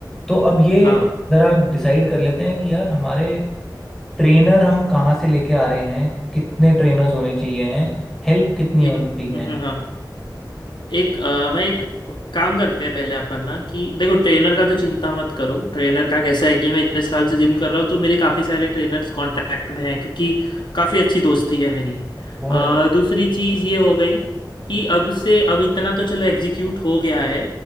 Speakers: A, in the centre; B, on the left.
A: तो अब ये
B: हाँ
A: ज़रा डिसाइड कर लेते हैं कि यार हमारे ट्रेनर हम कहाँ से लेके आ रहे हैं कितने ट्रेनर्स होने चाहिए हैं हेल्प कितनी
B: एक
A: होनी चाहिए
B: हम्म, हम्म,
A: है
B: हाँ एक अ, मैं एक काम करते हैं पहले अपन ना कि देखो ट्रेनर का तो चिंता मत करो ट्रेनर का कैसा है कि मैं इतने साल से जिम कर रहा हूँ तो मेरे काफ़ी सारे ट्रेनर्स कांटेक्ट में हैं क्योंकि काफ़ी अच्छी दोस्ती है मेरी
A: बहुत
B: अ,
A: अच्छा
B: दूसरी चीज़ ये हो गई कि अब से अब इतना तो चलो एग्जीक्यूट हो गया है